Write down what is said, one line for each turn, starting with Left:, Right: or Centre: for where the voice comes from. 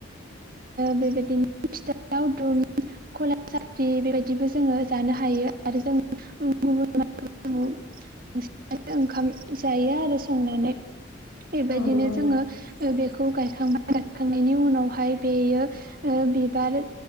Right: बेबायदिनो फिथा <unintelligible> दावदुम कला सारि बेबायदिबो जोंङो जानो हायो आरो जों गुबुन बांसिनानो ओंखाम जायो आरो संनानै। बे
Left: औ
Right: बायदिनो
Left: नंगौ नोंथां
Right: जोंङो बेखौ गायखांबाय थांनायनि उनाव हाय बेयो बिबार